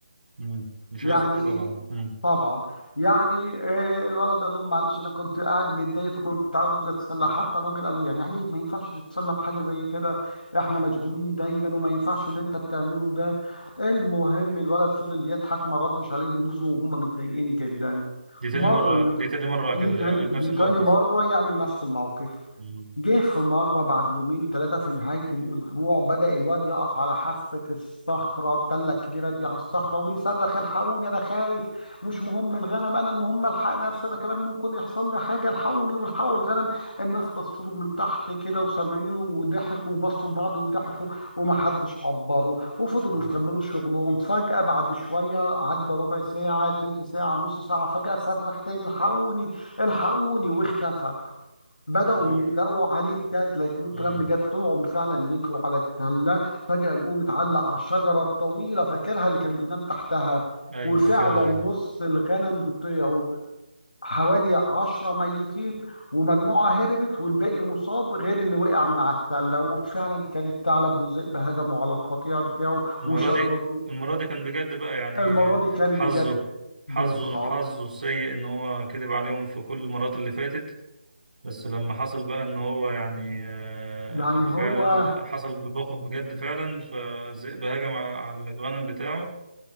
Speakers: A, on the right (about 55°); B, on the left (about 65°).
A: مم. مش
B: يعني
A: هيثق فيه
B: إيه؟
A: طبعا مم.
B: طبعا يعني آه، آه، الولد قال لهم معلش انا كنت قاعد متضايق فكنت عاوز اتسلى حتى الراجل قال له يعني هي ما ينفعش تتسلى بحاجه زي كده احنا مشغولين دايما وما ينفعش اللي انت بتعمله ده المهم الولد فضل يضحك ما ردش عليهم نزلوا وهم متضايقين جدا
A: دي تاني
B: مر
A: مرة
B: ي-
A: دي تاني مرة
B: دي
A: كده
B: تاني
A: يعمل نفس
B: دي
A: الموقف
B: تاني مره يعمل نفس الموقف
A: مم.
B: جه في مرة بعد يومين ثلاثة في نهاية الأسبوع بدأ الواد يقف على حافة الصخرة التلة الكبيرة دي على الصخرة ويصرخ الحقوني أنا خايف مش مهم الغنم أنا المهم ألحق نفسي أنا كمان ممكن يحصل لي حاجة الحقوني والحقوا الغنم الناس بصوا له من تحت كده وسامعينه وضحكوا وبصوا لبعض وضحكوا ومحدش عبره وفضلوا
A: مم.
B: يكملوا شغلهم فجأة بعد شوية عدى ربع ساعة تلت ساعة نص ساعة فجأة صرخ تاني الحقوني الحقوني واختفى بدأوا
A: مم.
B: يقلقوا عليه بجد لا يكون الكلام
A: مم.
B: بجد طلعوا فعلا يجروا على التلة فجأة لقوه متعلق على الشجرة الطويلة فاكرها اللي كان بينام تحتها
A: أيوة
B: وفعلا
A: فاكرها
B: نص
A: أيوة
B: الغنم بتوعه حوالي عشرة ميتين ومجموعة هربت والباقي مصاب غير اللي وقع من على التلة وفعلا كان الثعلب والذئب هجموا على القطيع بتاعه
A: المرة
B: وشردوه
A: دي المرة دي كان بجد بقى يعني
B: المرة دي كان
A: حظه
B: بجد
A: حظه
B: بالظبط
A: حظه السيء إن هو كذب عليهم في كل المرات اللي فاتت بس لما حصل بقى إن هو يعني آه،
B: يعني
A: فعلا
B: هو
A: حصل بالموقف بجد فعلا فالذئب هجم على على الغنم بتاعه